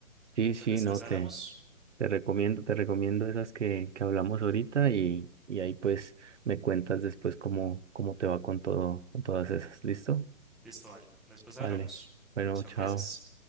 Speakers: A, on the right; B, in the centre.
A: Sí,
B: Entonces
A: sí,
B: después
A: no,
B: hablamos.
A: te, te recomiendo, te recomiendo esas que, que hablamos ahorita y, y ahí pues me cuentas después cómo, cómo te va con todo, con todas esas. ¿Listo?
B: Listo, vale. Después hablamos.
A: Vale. Bueno,
B: Chao,
A: chao.
B: gracias.